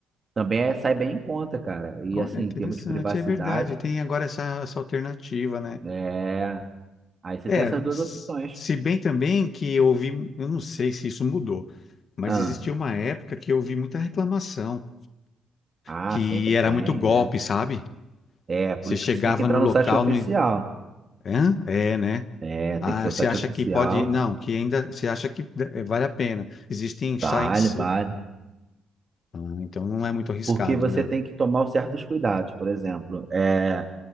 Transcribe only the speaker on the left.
Olha,
interessante,
é verdade. Tem agora essa, essa alternativa, né?
É,
s-
se bem também que eu ouvi, eu não sei se isso mudou, mas
existia uma época que eu ouvi muita reclamação,
que
era
muito golpe,
sabe?
Você
chegava
no local,
no... Hã? É, né?
Ah,
você
acha
que pode... Não, que ainda... Você acha que eh, vale a pena. Existem
sites...
Ah, então não é muito arriscado,
né?